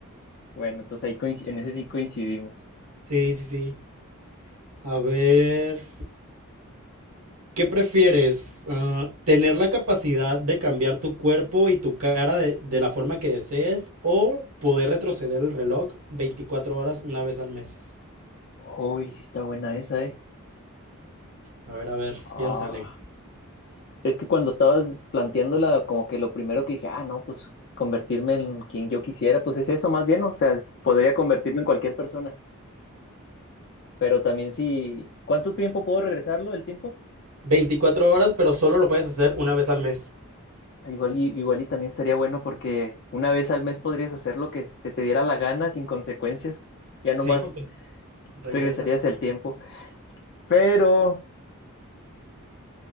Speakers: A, on the left; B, on the right.
A: Bueno, entonces ahí coinci- en ese sí coincidimos.
B: Sí, sí, sí. A ver, ¿qué prefieres? Ah, ¿tener la capacidad de cambiar tu cuerpo y tu cara de, de la forma que desees o poder retroceder el reloj 24 horas una vez al mes?
A: Uy, sí está buena esa, ¿eh?
B: A ver, a ver,
A: Ah.
B: piénsale.
A: Es que cuando estabas planteándola, como que lo primero que dije, ah, no, pues convertirme en quien yo quisiera, pues es eso más bien, ¿no? O sea, podría convertirme en cualquier persona, pero también si... ¿Cuánto tiempo puedo regresarlo, el tiempo?
B: veinticuatro horas, pero solo lo puedes hacer una vez al mes.
A: Igual y, igual y también estaría bueno porque una vez al mes podrías hacer lo que se te diera la gana sin consecuencias, ya
B: Sí,
A: nomás
B: porque regresas.
A: regresarías el tiempo, pero